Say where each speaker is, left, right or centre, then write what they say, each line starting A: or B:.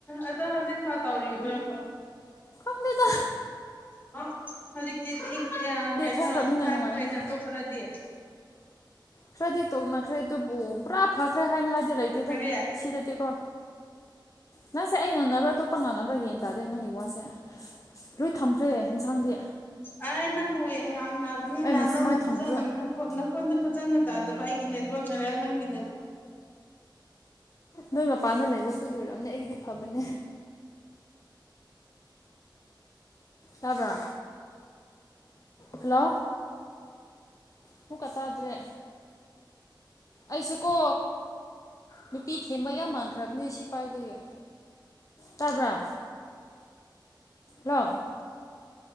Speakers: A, on the left (about 25°); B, on the left (about 40°).
A: ꯑꯗꯣ ꯍꯧꯖꯤꯛꯐꯥꯎ ꯇꯧꯔꯤꯕꯔꯣ
B: ꯈꯪꯗꯦꯗꯥ
A: ꯑ <unintelligible> ꯍꯧꯖꯤꯛꯇꯤ ꯀꯩꯅꯣ
B: ꯊꯣꯛꯈ꯭ꯔꯕꯅꯤꯅ
A: ꯏꯪꯊꯥꯈ꯭ꯔꯦꯅꯗ
B: ꯅꯨꯡꯉꯥꯏꯔꯅꯤ
A: ꯈꯔꯗꯤ <inaudible>
B: ꯈꯔꯗꯤ ꯇꯣꯛꯅꯈ꯭ꯔꯦ ꯑꯗꯨꯕꯨ ꯄꯨꯔꯥ ꯐꯈ꯭ꯔꯦ ꯍꯥꯏꯅꯉꯥꯏꯗꯤ ꯂꯩꯇꯦꯗ
A: ꯀꯔꯤ
B: ꯁꯤꯗꯗꯤꯀꯣ ꯅꯪꯁꯦ ꯑꯩ ꯉꯝꯅꯕ꯭ꯔꯥ ꯑꯇꯣꯞꯄ ꯉꯝꯅꯕ꯭ꯔꯥꯒꯦꯅ ꯇꯥꯗꯦ ꯅꯪꯒꯤ ꯋꯥꯁꯦ ꯂꯣꯏ ꯊꯝꯈ꯭ꯔꯦ ꯌꯦꯟꯁꯥꯡꯗꯤ
A: ꯑꯩ ꯅꯪꯕꯨ ꯉꯥꯡꯅꯕꯅꯤꯅ
B: ꯑꯩꯅ
A: ꯅꯪꯅ
B: ꯁꯨꯃꯥꯏꯅ
A: ꯐꯖꯅ
B: ꯊꯝꯕꯤꯕ
A: ꯅꯣꯈꯣꯟꯗꯣ ꯐꯖꯅ ꯇꯥꯗꯕ ꯑꯩꯒꯤ ꯅꯦꯠꯋꯥꯛꯅꯔ ꯅꯪꯒꯤꯅꯔ
B: ꯅꯣꯏ ꯃꯄꯥꯟꯗ ꯂꯩꯕ ꯑꯩꯈꯣꯏꯒꯤ ꯑꯣꯏꯔꯝꯅꯦ ꯑꯩꯒꯤꯗꯤ ꯐꯕꯅꯦ ꯇꯥꯕ꯭ꯔꯥ ꯍꯜꯂꯣ ꯑꯃꯨꯛꯀꯥ ꯇꯥꯗ꯭ꯔꯦ ꯑꯁꯤꯀꯣ ꯅꯨꯄꯤ ꯊꯦꯝꯕ ꯌꯥꯝ ꯃꯥꯟꯈ꯭ꯔꯕꯅꯤ ꯁꯤ ꯄꯥꯏꯕꯒꯤ ꯇꯥꯕ꯭ꯔ ꯂꯦꯜꯂꯣ